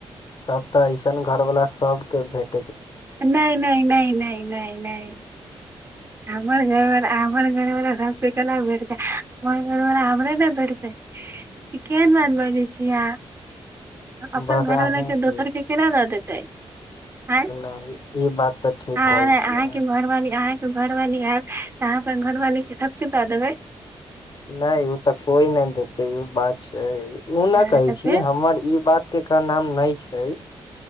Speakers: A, on the left; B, on the right.
A: तब तऽ ऐसन घर वाला सबके भेट
B: नहि नहि नहि नहि नहि नहि हमर घरवाला बला सबै के केना भेटतै हमर घरबला हमरे ने भेटतै ई केहन बात बजै छी आहाँ अपन
A: बस
B: घरवाला
A: अहेंके
B: के दोसर के केना दऽ देतै आँय
A: नहि ई बात तऽ ठीक
B: आर
A: कहै
B: आहाॅं
A: छियै
B: के घरवाली आहाॅं घरवाली आयत तऽ अहाँ अपन घरवाली के सब के द देबै
A: नहि ओ तऽ कोइ नहि देते ई बात छै उ ने
B: अँ,
A: कहे
B: तऽ
A: छी
B: फेर
A: हमर ई बात के क नाम नहि छै